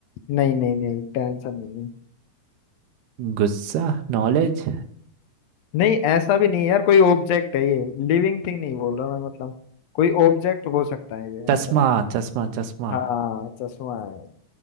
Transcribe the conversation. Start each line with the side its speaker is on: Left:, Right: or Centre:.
Left: नहीं नहीं नहीं टेंशन नहीं है
Right: गुस्सा नॉलेज
Left: नहीं ऐसा भी नहीं है यार कोई ऑब्जेक्ट है ये लिविंग थिंग नहीं बोल रहा मैं मतलब कोई ऑब्जेक्ट हो सकता है ये
Right: चश्मा
Left: ऐसा है
Right: चश्मा चश्मा
Left: हाँ चश्मा है